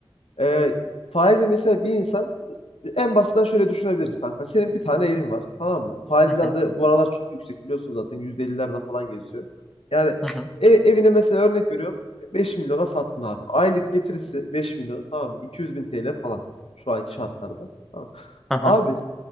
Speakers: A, on the left; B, in the centre.
A: Ee, faizle mesela bir insan e, en basitten şöyle düşünebiliriz kanka. Senin bir tane evin var tamam mı? Faizler
B: hı hı,
A: de bu aralar çok yüksek biliyorsun zaten %50'lerde falan geziyor. Yani
B: hı hı,
A: e- evine mesela örnek veriyorum 5 milyona sattın abi. Aylık getirisi beş milyon tamam mı? iki yüz bin TL falan şu anki şartlarda. Tamam.
B: hı hı,
A: Abi